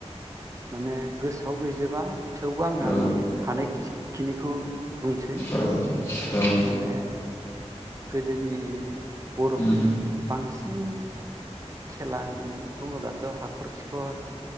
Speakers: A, on the right (about 30°); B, on the left (about 35°).
A: माने गोसोआव गैजोबा थेवबो आङो
B: औ
A: आंनि हानाय खिनिखौ बुंसै
B: औ उम
A: माने गोदोनि बर'फोरनि
B: उम
A: बांसिन खेला होननानै बुङोब्लाथ' हाखर खिखर